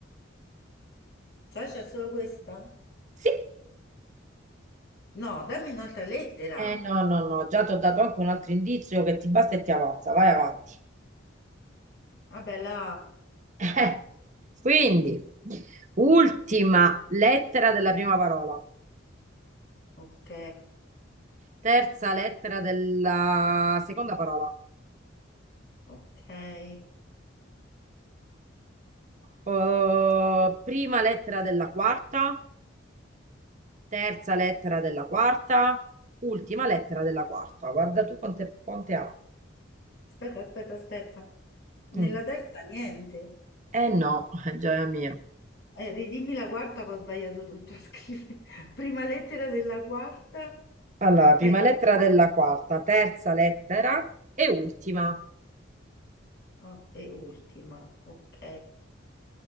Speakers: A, on the left (about 65°); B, on the right (about 40°).
A: Cioè, c'è solo questa?
B: Sì.
A: No, dammi un'altra lettera.
B: Eh no, no, no, già ti ho dato anche un altro indizio che ti basta e ti avanza. Vai avanti.
A: Vabbè, là.
B: Eh, Quindi, ultima lettera della prima parola,
A: Ok,
B: terza lettera della seconda parola,
A: ok.
B: eh, prima lettera della quarta, terza lettera della quarta, ultima lettera della quarta. Guarda tu quante, quante ha.
A: Aspetta, aspetta, aspetta. Nella
B: Mm.
A: terza niente.
B: Eh no, <laughs> gioia mia.
A: Eh, ridimmi la quarta che ho sbagliato tutto a scrivere. <laughs> Prima lettera della quarta,
B: Allora, prima
A: terza
B: lettera della quarta, terza lettera e ultima.
A: oh, e ultima. Ok.